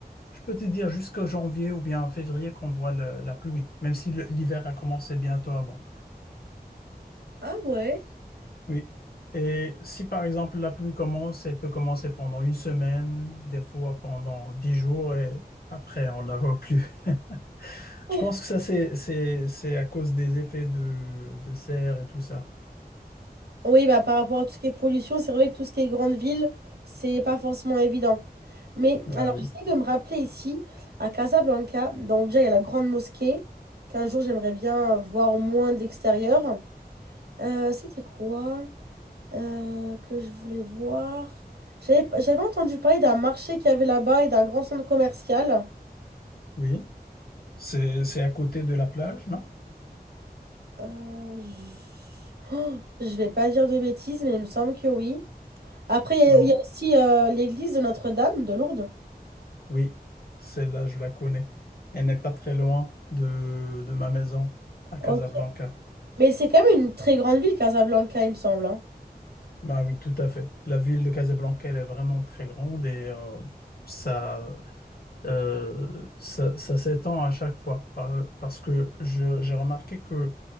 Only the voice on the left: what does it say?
je peux te dire jusqu'au janvier ou bien février qu'on voit le- la pluie, même si le- l'hiver a commencé bientôt avant.
Oui. Et si par exemple la pluie commence, elle peut commencer pendant une semaine, des fois pendant dix jours et après on la voit plus. <laughs>
Je pense que ça c'est c'est c'est à cause des effets de de serre et tout ça.
Ben
oui,
oui. C'est c'est à côté de la plage, non?
Donc
oui, celle-là je la connais. Elle n'est pas très loin de de ma maison à
Casablanca.
Ben oui, tout à fait. La ville de Casablanca elle est vraiment très grande et euh, ça euh, ça, ça s'étend à chaque fois. Par- Parce que je- j'ai remarqué que